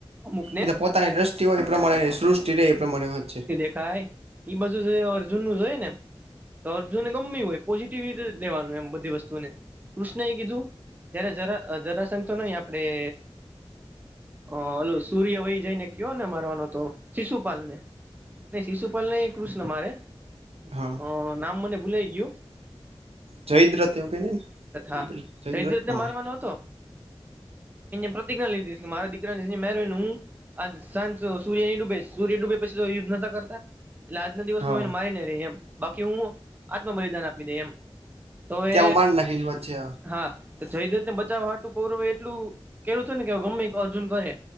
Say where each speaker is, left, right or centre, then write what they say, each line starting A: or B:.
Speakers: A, on the right; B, on the right.
A: અમુક ને
B: એ તો પોતાની દ્રષ્ટિ હોય એ પ્રમાણેની સૃષ્ટિ રહેે એ પ્રમાણે વાત છે
A: ાય એ બજું અર્જુન નું જો હોય ને તો અર્જુનને ગમ હોય પોઝિટિવ ર લેવાનું એમ બધી વસ્તુને કૃષ્ણ એ કીધું જય્યારે જરા જરાશઘ તો નહ આપડણે હ હલ સૂર્ય વહી જઈ ને કયો ને મારવાનો તો શિશુપાલ ને નઈ શિશુપાલ ન કૃષ્ણ મારે
B: હા
A: અ નામ મને ભૂલાય ગયું
B: જયદ્રથ એવું ક ન ને જયદ્રથ
A: હા
B: જયદ્રથ
A: જયદ્રથને
B: હા
A: મારવાનો પ્રતિજ્ઞા લીધી મારા સા સૂર્ય ની ડૂબે સૂર્ય ડૂબે પછી તો યુધ્ધ નોતા કરતા. એટલે આજના દિવસ
B: હા
A: હ એને મારી નને રહી એમ બાકી હું આત્મ બલિદાન આપી દઈ એમ. તોમે
B: ત્યાં હું મારી નાખીશ વચ્ચે
A: હા જયદેત ને બચાવવાટું કૌરવ એટલું કેવું છે ને કે ગમે અર્જુન કરે